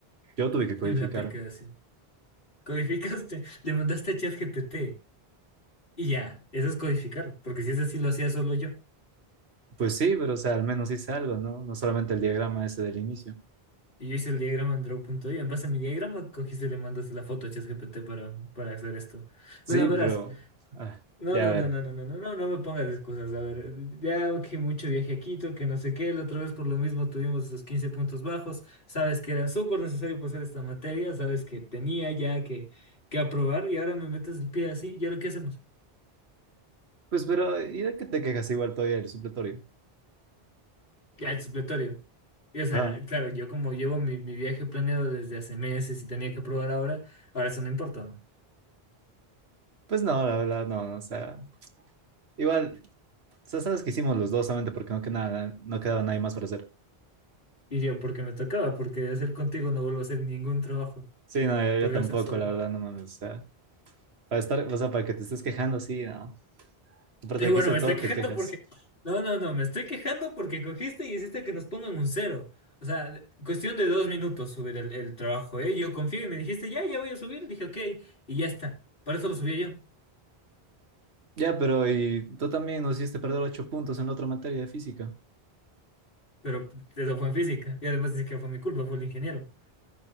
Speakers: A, on the right; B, on the left.
A: Yo tuve que
B: <laughs>
A: codificar.
B: en la aplicación? Codificaste, le mandaste a ChatGPT y ya, eso es codificar, porque si es así lo hacía solo yo.
A: Pues sí, pero, o sea, al menos hice algo, ¿no? No solamente el diagrama ese del inicio.
B: Y yo hice el diagrama en Draw.io, en base a mi diagrama cogiste y le mandaste la foto a ChatGPT para, para hacer esto.
A: Sí,
B: Bueno, verás.
A: pero, ah,
B: No,
A: ya
B: no,
A: a ver.
B: no, no, no, no, no, no, no me pongas excusas. A ver, ya que mucho viaje a Quito, que no sé qué, la otra vez por lo mismo tuvimos esos 15 puntos bajos. Sabes que era súper necesario pasar esta materia, sabes que tenía ya que, que aprobar y ahora me metes el pie así. ¿Y ahora qué hacemos?
A: Pues, pero, ¿y de qué te quejas igual todavía el supletorio?
B: Ya es supletorio. Y, o sea,
A: Ajá.
B: claro, yo como llevo mi, mi viaje planeado desde hace meses y tenía que aprobar ahora, ahora eso no importa, ¿no?
A: Pues no, la verdad, no, no, o sea, igual. O sea, sabes que hicimos los dos solamente porque no quedaba, no quedaba nadie más para hacer.
B: Y yo, porque me tocaba, porque de hacer contigo no vuelvo a hacer ningún trabajo.
A: Sí, no, yo,
B: Prefiero
A: yo tampoco,
B: hacer solo.
A: la verdad, no mames. O sea, para estar, o sea, para que te estés quejando, sí, no. Aparte
B: Y
A: de
B: bueno,
A: que hice
B: me
A: todo,
B: estoy quejando
A: te quejas.
B: porque... No, no, no, me estoy quejando porque cogiste y hiciste que nos pongan un cero. O sea, cuestión de dos minutos subir el, el trabajo, ¿eh? Yo confié y me dijiste, ya, ya voy a subir. Dije, ok, y ya está. Para eso lo subí yo.
A: Ya, pero y tú también nos hiciste perder ocho puntos en la otra materia de física.
B: Pero eso fue en física. Y además ni que fue mi culpa, fue el ingeniero.